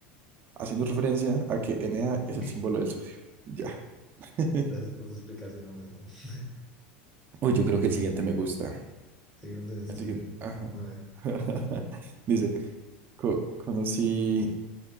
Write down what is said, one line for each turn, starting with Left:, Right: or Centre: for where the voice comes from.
Right: haciendo referencia a que Na es
Centre: <laughs>
Right: el símbolo del sodio. Ya. <laughs>
Centre: Gracias por tu explicación, no me <laughs>
Right: Uy, yo creo que el siguiente me gusta.
Centre: Seguimos en estudio.
Right: El siguiente. Ajá.
Centre: A ver.
Right: <laughs> Dice, "Co- conocí